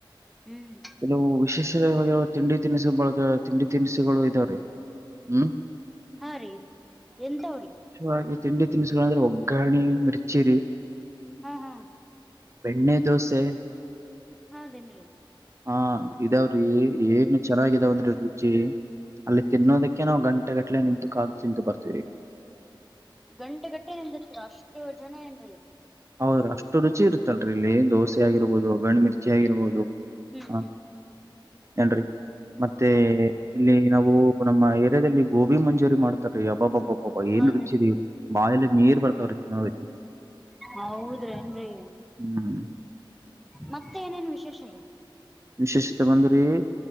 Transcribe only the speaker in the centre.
ಹ್ಮ್
ಹಾ ರೀ ಎಂತ ಹೊ ರೀ
ಹಾ ಹಾ
ಹೌದೇನೀ
ಹ್ಮ್
ಗಂಟೆ ಗಟ್ಟೆ ಎಂದತ್ತು ಅಷ್ಟು ಜನ ಎಂದಿ
ಹ್ಮ್ ಹ್ಮ್
ಹ್ಮ್
ಹೌದೇನ್
ಹೌದ್ರೇನ್ರಿ
ಮತ್ತೆ ಏನೇನು ವಿಶೇಷ ರೀ